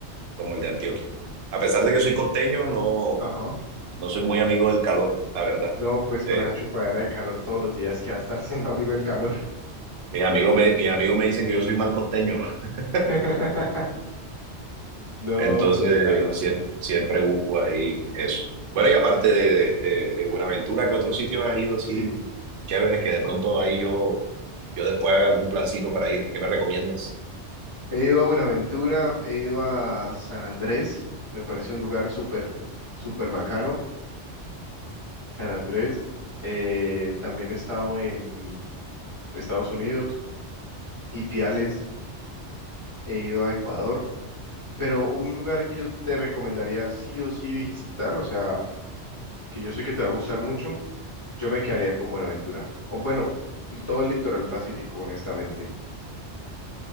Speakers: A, on the right; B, on the left.
A: como el de Antioquia. A pesar de que soy costeño, no,
B: Ajá.
A: no soy muy amigo del calor, la verdad.
B: No, pues
A: eh,
B: con esa chupadera de calor todos los días que va a estar siendo amigo del calor.
A: Mis amigos me, mis amigos me dicen que yo soy mal costeño, <laughs>
B: <laughs> No,
A: entonces
B: mucho calor.
A: sie- siempre busco ahí eso. Bueno, y aparte de, de, de Buenaventura, ¿qué otros sitios has ido así
B: Sí.
A: chéveres que de pronto ahí yo, yo después haga algún plancito para ir? ¿Qué me recomiendas?
B: He ido a Buenaventura, he ido a San Andrés, me parece un lugar súper, súper bacano, San Andrés. Eh, también he estado en Estados Unidos y Piales, he ido a Ecuador, pero un lugar que yo te recomendaría sí o sí visitar, o sea, que yo sé que te va a gustar mucho, yo me quedaría con Buenaventura. O bueno, todo el litoral pacífico, honestamente.